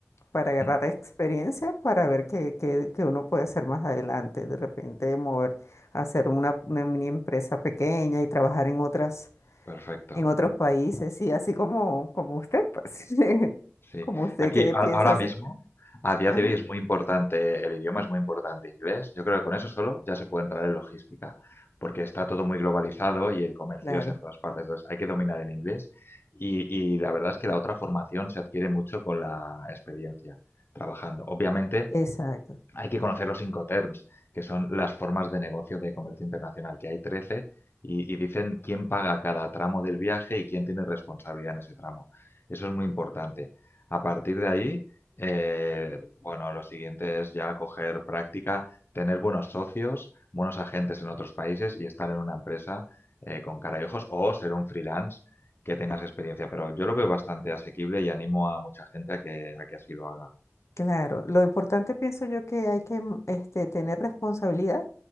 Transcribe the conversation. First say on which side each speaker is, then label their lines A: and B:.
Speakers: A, on the left (about 70°); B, on the left (about 50°).
A: para agarrar
B: Mm,
A: experiencia, para ver qué, qué- qué uno puede hacer más adelante, de repente mover, hacer una, una mini empresa pequeña y trabajar en otras,
B: Perfecto.
A: en otros países, y así como, como usted, pues, <laughs>
B: Sí,
A: como usted
B: aquí
A: que
B: a-
A: piensa
B: ahora
A: hacer.
B: mismo, a día
A: Ajá,
B: de hoy es muy importante, el idioma es muy importante inglés. Yo creo que con eso solo ya se puede entrar en logística, porque está todo muy globalizado y el comercio
A: claro,
B: es en todas partes. Entonces hay que dominar el inglés y, y la verdad es que la otra formación se adquiere mucho con la experiencia trabajando. Obviamente,
A: exacto.
B: hay que conocer los Incoterms, que son las formas de negocio de comercio internacional, que hay 13 y, y dicen quién paga cada tramo del viaje y quién tiene responsabilidad en ese tramo. Eso es muy importante. A partir de ahí, eh, bueno, lo siguiente es ya coger práctica, tener buenos socios, buenos agentes en otros países y estar en una empresa eh, con cara y ojos o ser un freelance que tengas experiencia. Pero yo lo veo bastante asequible y animo a mucha gente a que, a que así lo haga.
A: Claro, lo importante pienso yo que hay que mm, este, tener responsabilidad